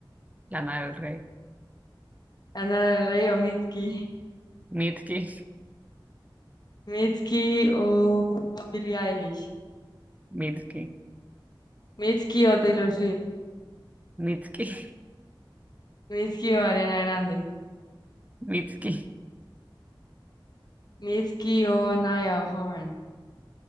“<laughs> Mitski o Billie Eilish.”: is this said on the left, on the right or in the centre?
Left